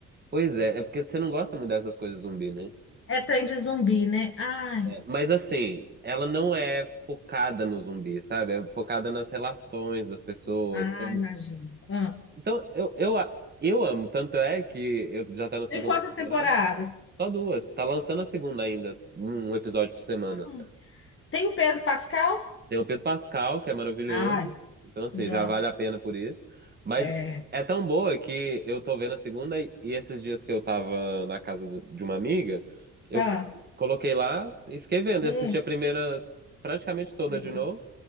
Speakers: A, on the right; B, on the left.
A: Pois é, é porque você não gosta muito dessas coisas zumbi, né?
B: É trem de zumbi, né? Ai,
A: É, Mas assim, ela não é focada no zumbi, sabe? É focada nas relações das pessoas.
B: ai,
A: Como...
B: imagino. Ah.
A: Então, eu, eu, a- eu amo. Tanto é que eu já tá na segunda
B: Tem quantas
A: temporada.
B: temporadas?
A: Só duas. Tá lançando a segunda ainda, um episódio por semana.
B: Hum. Tem o Pedro Pascal?
A: Tem o Pedro Pascal, que é maravilhoso.
B: Ai.
A: Então, assim,
B: Não.
A: já vale a pena por isso. Mas
B: É.
A: é tão boa que eu tô vendo a segunda e esses dias que eu tava na casa do- de uma amiga, eu
B: Ah,
A: coloquei lá e fiquei vendo.
B: hum,
A: Eu assisti a primeira praticamente toda
B: hum,
A: de novo.